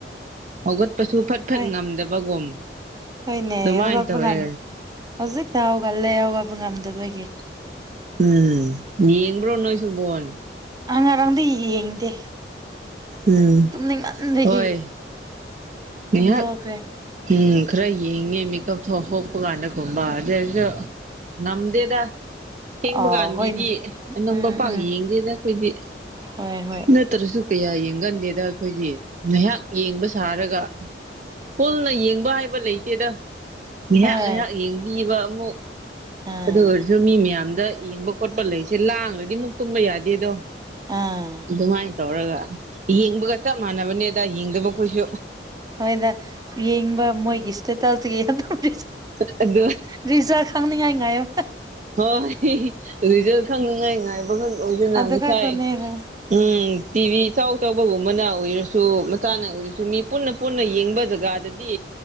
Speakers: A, on the right (about 40°); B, on the right (about 20°).
A: ꯍꯧꯒꯠꯄꯁꯨ ꯐꯠ ꯐꯠ
B: ꯍꯣꯏ
A: ꯉꯝꯗꯕꯒꯨꯝ
B: ꯍꯣꯏꯅꯦ
A: ꯑꯗꯨꯃꯥꯏꯅ
B: ꯍꯧꯒꯠꯄ
A: ꯇꯧꯋꯦ
B: ꯉꯝ ꯍꯧꯖꯤꯛꯇ ꯍꯧꯒꯠꯂꯦ ꯍꯧꯒꯠꯄ ꯉꯝꯗꯕꯒꯤ
A: ꯎꯝ ꯌꯦꯡꯕ꯭ꯔꯣ ꯅꯣꯏꯁꯨ ꯕꯣꯟ
B: ꯑ ꯉꯔꯥꯡꯗꯤ ꯌꯦꯡꯗꯦ
A: ꯎꯝ
B: ꯇꯨꯝꯅꯤꯡꯃꯟꯕꯒꯤ
A: ꯍꯣꯏ ꯉꯥꯏꯍꯥꯛ
B: ꯇꯨꯝꯊꯣꯛꯈ꯭ꯔꯦ
A: ꯎꯝ ꯈꯔ ꯌꯦꯡꯉꯦ ꯃꯦꯀꯞ ꯊ‌ꯣꯛ ꯍ‌ꯣꯛꯄ ꯀꯥꯟꯗꯒꯨꯝꯕ ꯑꯗꯨꯏꯁꯨ ꯉꯝꯗꯦꯗ ꯊꯦꯡꯕ
B: ꯑꯥ
A: ꯀꯥꯟꯒꯤꯗꯤ
B: ꯍꯣꯏꯅꯦ
A: ꯑꯅꯝꯕ
B: ꯎꯝ
A: ꯄꯥꯛ
B: ꯎꯝ
A: ꯌꯦꯡꯗꯦꯗꯥ ꯑꯩꯈꯣꯏꯗꯤ
B: ꯍꯣꯏ ꯍꯣꯏ
A: ꯅꯠꯇ꯭ꯔꯁꯨ ꯀꯌꯥ ꯌꯦꯡꯒꯟꯗꯦꯗ ꯑꯩꯈꯣꯏꯒꯤ ꯉꯥꯏꯍꯥꯛ ꯌꯦꯡꯕ ꯁꯥꯔꯒ ꯄꯨꯟꯅ ꯌꯦꯡꯕ ꯍꯥꯏꯕ ꯂꯩꯇꯦꯗ ꯉꯥꯏꯍꯥꯛ
B: ꯍꯣꯏ
A: ꯉꯥꯏꯍꯥꯛ ꯌꯦꯡꯕꯤꯕ ꯑꯃꯨꯛ
B: ꯑꯥ
A: ꯑꯗꯨ ꯑꯣꯏꯔꯁꯨ ꯃꯤ ꯃꯌꯥꯝꯗ ꯌꯦꯡꯕ ꯈꯣꯠꯄ ꯂꯩꯁꯦ ꯂꯥꯡꯂꯗꯤ ꯃꯨꯛ ꯇꯨꯝꯕ ꯌꯥꯗꯦꯗꯣ
B: ꯑꯥ
A: ꯑꯗꯨꯃꯥꯏꯅ ꯇꯧꯔꯒ ꯌꯦꯡꯕꯒ ꯆꯞ ꯃꯥꯟꯅꯕꯅꯦꯗ ꯌꯦꯡꯗꯕ ꯈꯣꯏꯁꯨ
B: ꯍꯣꯏꯗ ꯌꯦꯡꯕ ꯃꯣꯏꯒꯤ ꯏꯁꯇꯦꯇꯥꯁꯇꯒꯤ ꯑꯗꯨꯝ
A: ꯑꯥ ꯑꯗ‌ꯣꯏ
B: ꯔꯤꯖꯜ ꯈꯪꯅꯤꯡꯉꯥꯏ ꯉꯥꯏꯌ‌ꯣ
A: ꯍꯣꯏ ꯔꯤꯖꯜ ꯈꯪꯅꯤꯉꯥꯏ ꯉꯥꯏꯕꯈꯛ ꯑꯣꯏꯗꯅ
B: ꯑꯗꯨ
A: ꯉꯁꯥꯏ
B: ꯈꯛꯇꯅꯦ ꯍꯣꯏ
A: ꯎꯝ ꯇꯤꯚꯤ ꯆꯥꯎ ꯆꯥꯎꯕꯒꯨꯝꯕꯅ ‌ꯑꯣꯏꯔꯁꯨ ꯃꯆꯥꯅ ꯑꯣꯏꯔꯁꯨ ꯃꯤ ꯄꯨꯟꯅ ꯄꯨꯟꯅ ꯌꯦꯡꯕ ꯖꯒꯥꯗꯗꯤ